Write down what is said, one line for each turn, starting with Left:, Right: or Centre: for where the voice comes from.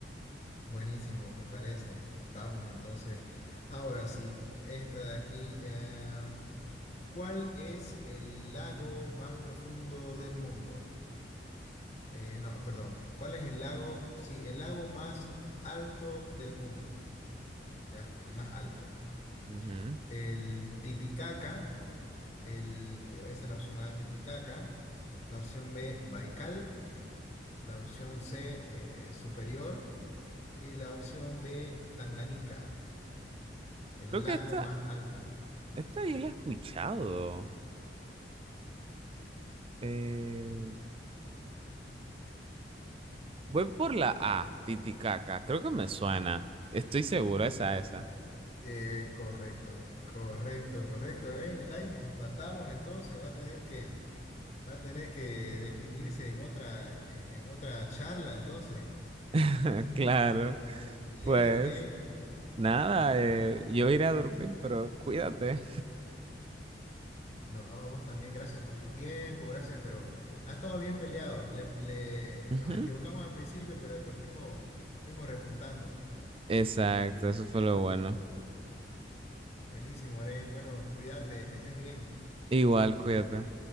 Left: Buenísimo, me parece. Vamos entonces. Ahora sí, esta de aquí. eh, ¿cuál es el lago más profundo del mundo? Eh, no, perdón. ¿Cuál es el lago? Sí, el lago más alto del mundo. Ya, el más alto.
Right: Ujú.
Left: El Titicaca. El, eh, esa es la opción A, Titicaca. La opción B, Baikal. La opción C, eh, Superior. Y la opción D, Tanganica. El
Right: Creo que
Left: lago
Right: esta,
Left: más alto. Ujú.
Right: esta yo la he escuchado. Eh, voy por la A, Titicaca. Creo que me suena. Estoy seguro, esa, esa.
Left: Eh, correcto, correcto, correcto. Oren, like, empatamos entonces. Va a tener que, va a tener que definirse en otra, en, en otra charla entonces.
Right: <laughs> Claro.
Left: Bien,
Right: Pues
Left: bien.
Right: nada, eh, yo iré a dormir, pero cuídate.
Left: No, vos también, gracias por tu tiempo, gracias, pero ha estado bien peleado. Le, le-
Right: Ujú.
Left: nos equivocamos al principio, pero después fuimos, fuimos repuntando.
Right: Exacto, eso fue lo bueno.
Left: Buenísimo, Oren. Bueno, cuídate, que estés bien.
Right: Igual, cuídate.